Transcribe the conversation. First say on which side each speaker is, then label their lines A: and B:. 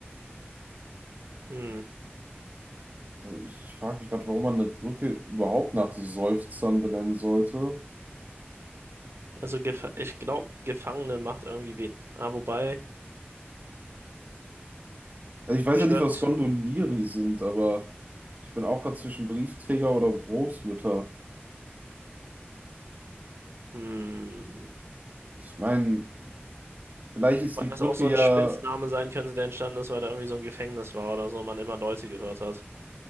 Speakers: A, on the right (about 75°); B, on the right (about 40°).
A: Hm.
B: Also ich frage mich gerade, warum man eine Brücke überhaupt nach Seufzern benennen sollte.
A: Also, gef ich glaube, Gefangene macht irgendwie wen. Ah, wobei.
B: Also ich weiß
A: Ich
B: ja nicht,
A: würde,
B: was Gondolieri sind, aber ich bin auch gerade zwischen Briefträger oder Großmütter.
A: hm,
B: Ich meine, vielleicht ist
A: weil
B: die
A: das
B: Brücke
A: auch so
B: ja,
A: ein Spitzname sein könnte, der entstanden ist, weil da irgendwie so ein Gefängnis war oder so, man immer Leute gehört hat.